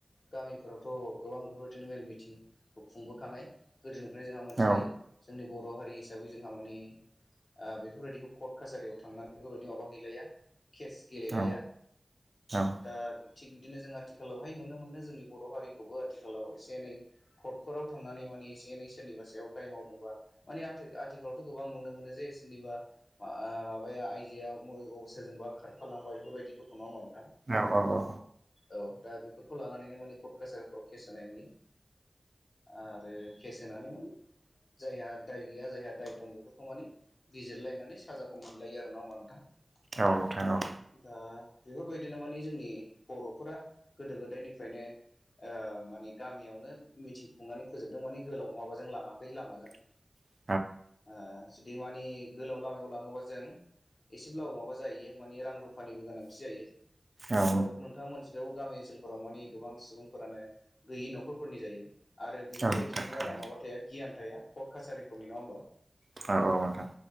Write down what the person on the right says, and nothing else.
औ
नोंथां औ औ
औ औ औ।
औ नोंथां औ।
<inaudible>
औ नोंथां
औ नोंथां
थारैनो
औ औ नोंथां औ